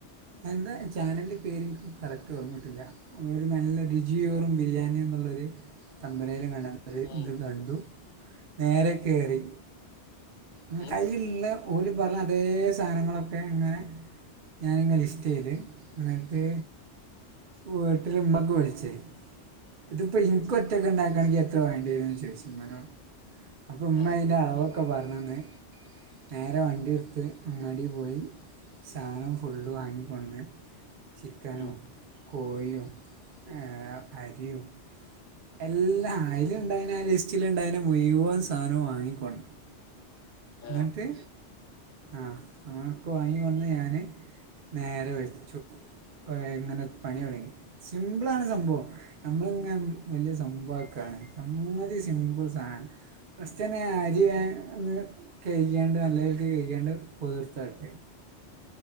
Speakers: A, on the right; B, on the left.
A: അ തെ ന്താ ചാനലിന്റെ പേര് കറക്റ്റ് ഓർമ്മട്ടില്ല ഒരു നല്ല രുചിയോറും ബിരിയാണി ന്നുള്ളൊരു തമ്പനയില അത്
B: ഉം,
A: ഇത് കണ്ടു, നേരെ കേറി. ഏഹ്
B: ഉം,
A: അയിലിള്ള ഓര് പറഞ്ഞ അതേ സാധനങ്ങളൊക്കെ ഇങ്ങനെ ഞാനിങ് ലിസ്റ്റ് ചെയ്ത് ന്നി ട്ട് വീട്ടില ഉമ്മക്ക് വിളിച്ച് ഇതിപ്പം ഇൻക്ക് ഒറ്റക്ക് ഇണ്ടാക്കാണെങ്കിൽ എത്ര വേണ്ടി വരുംന്ന് ചോയിച്ച് ഇമ്മാനോട് അപ്പം ഉമ്മ
B: ആ,
A: ഇതിൻ്റെ അളവൊക്കെ പറഞ്ഞെന്ന് നേരെ വണ്ടി എടുത്ത് അങ്ങാടി പോയി സാധനം ഫുള്ള് വാങ്ങി കൊണ്ട് ചിക്കനും
B: ഉം,
A: കോഴിയും ആ അരി യും എല്ലാ അയിലിണ്ടായിനെ ആ ലിസ്റ്റിലിണ്ടായിനെ മുഴയുവൻ സാനവും വാങ്ങി കൊണ്ടന്ന്
B: ആ,
A: മത്തി ആഹ് അങ്ങനൊക്കെ വാങ്ങി വന്ന് ഞാന് നേരെ വെച്ചു. ഇങ്ങനെ പണി തുടങ്ങി സിമ്പിളാണ് സംഭവം നമ്മളിങ്ങെ വല്ല്യ സംഭവാ ക്കാണ് സംഗ തി സിമ്പിൾ സാദാണ് ഫസ്റ്റ് തന്നെ അരി ഒന്ന് കഴികി ക്യാ ണ്ട് നല്ല രീതി ക്ക് കഴികി യാ ണ്ട് പുതിർത്തായിട്ട്